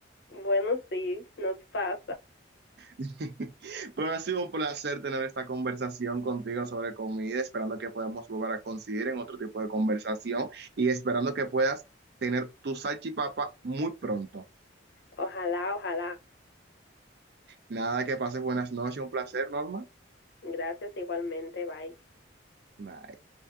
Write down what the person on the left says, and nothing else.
Bueno, sí, nos pasa.
Ojalá, ojalá.
Gracias igualmente, bye.